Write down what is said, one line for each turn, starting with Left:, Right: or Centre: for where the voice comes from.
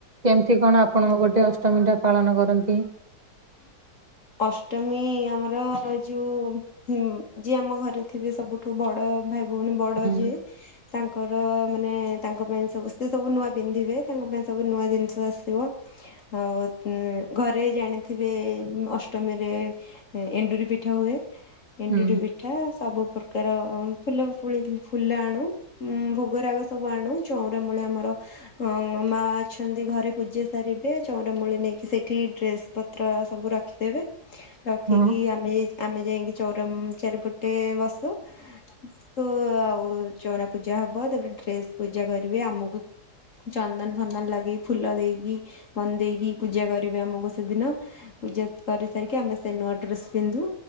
Right: କେମିତି କଣ ଆପଣଙ୍କ ପଟେ ଅଷ୍ଟମୀ ଟା ପାଳନ କରନ୍ତି?
Left: <inaudible> ଅଷ୍ଟମୀ ଆମର ଏ ଯୋଉ ହୁଁ, ଯିଏ ଆମ ଘରେ ଥିବେ ସବୁଠୁ ବଡ଼ ଭାଇ ଭଉଣୀ ବଡ଼
Right: ହୁଁ
Left: ଯିଏ ତାଙ୍କର ମାନେ ତାଙ୍କ ପାଇଁ ସମସ୍ତେ ସବୁ ନୂଆ ପିନ୍ଧିବେ ତାଙ୍କ ପାଇଁ ସବୁ ନୂଆ ଜିନିଷ ଆସିବ ଆଉ ଉଁ। ଘରେ ଜାଣିଥିବେ ଉଁ ଅଷ୍ଟମୀରେ ଏ ଏଣ୍ଡୁରି ପିଠା ହୁଏ। ଏଣ୍ଡୁରି
Right: ହୁଁ
Left: ପିଠା ସବୁ ପ୍ରକାର ଫୁଲ ଫୁଳ ଫୁଲ ଆଣୁ ଉଁ ଭୋଗ ରାଗ ସବୁ ଆଣୁ ଚଉଁରା ମୂଳେ ଆମର ଅଁ ମା ଅଛନ୍ତି ଘରେ ପୂଜା ସାରି ବେ ଚଉଁରା ମୂଳି ନେଇକି ସେଇଠି ଡ୍ରେସ୍ ପତ୍ର ସବୁ ରଖିଦେବେ। ରଖିକି
Right: ହଁ
Left: ଆମେ ଆମେ ଯାଇଁକି ଚଉଁରା ଉଁ ଚାରିପ ଟେ ବସୁ ତୁ ଆଉ ଚଉଁରା ପୂଜା ହବ ତାପରେ ଡ୍ରେସ ପୂଜା କରିବେ ଆମକୁ ଚନ୍ଦନ୍ ଫନ୍ଦନ୍ ଲଗେଇ ଫୁଲ ଦେଇକି ବନ୍ଦେଇକି ପୂଜା କରିବେ ଆମକୁ ସେଦିନ। ପୂଜା କରି ସାରିକି ଆମେ ସେ ନୂଆ ଡ୍ରେସ୍ ପିନ୍ଧୁ